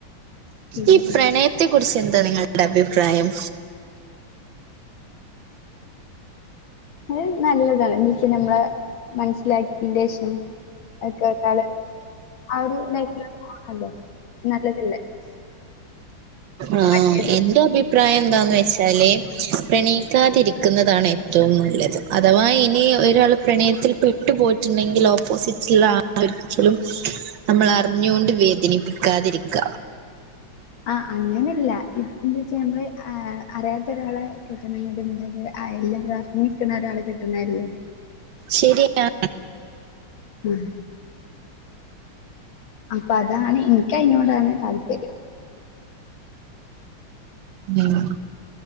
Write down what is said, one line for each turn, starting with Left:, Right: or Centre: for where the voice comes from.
Left: പിന്നെ
Right: ഈ പ്രണയത്തെ കുറിച്ച് എന്താ നിങ്ങളുടെ അഭിപ്രായം?
Left: അത് നല്ലതാണ് എന്ന്‌വെച്ചാ നമ്മളെ മനസ്സിലാക്കിന്റേഷം അത് കേട്ടാള് ആഹ് ഒര് നേക്കിലൊക്കെ പോണതല്ലേ? നല്ലതല്ലേ?
Right: ആഹ്
Left: മറ്റേത്
Right: ആഹ് എന്റെ അഭി പ്രായ എന്താന്ന് വെച്ചാല് പ്രണയിക്കാതിരിക്കുന്നതാണ് ഏറ്റവും നല്ലത്. അഥവാ ഇനി ഒരാള് പ്രണയത്തിൽ പെട്ടു പോയിട്ടുണ്ടെങ്കിൽ ഓപ്പോസിറ്റ്ള്ള ആ ളെ ഒരിക്കലും നമ്മള് അറിഞ്ഞുകൊണ്ട് വേദനിപ്പിക്കാതിരിക്ക
Left: ആഹ് അങ്ങനല്ല. ഇത് എന്ത് വെച്ചാ ഞമ്മള് ആഹ് അറിയാത്ത ഒരാളെ കെട്ടുന്നതിണേക്കാട്ടിം നല്ലതല്ലേ? അയ്ലെ <unintelligible> നിക്കുന്ന ഒരാളെ കെട്ടുന്നേ അല്ലേ?
Right: ശരിനാ
Left: ആഹ് അപ്പ അതാണ് എനിക്ക് അയിനോടാണ് താല്പര്യം.
Right: ഉം